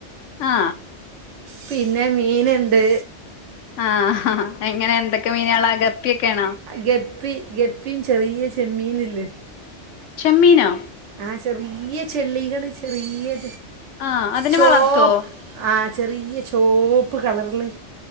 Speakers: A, on the left; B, on the right.
A: ആ
B: പിന്നെ മീൻ ഉണ്ട്
A: ആഹ് എങ്ങനെ എന്തൊക്കെ മീൻ ഓൾ അകപ്പിയൊക്കെ ആണോ
B: ഗപ്പി ഗപ്പീൻ ചെറിയ ചെമ്മീൻ ഇണ്ട്
A: ചെമ്മീനെ
B: ആ ചെറിയ ചെള്ളികള് ചെറിയ
A: ആഹ് അതിനെ
B: ചോപ്പ്
A: വളർത്തുവോ
B: ആ ചെറിയ ചോപ്പ് കളറില്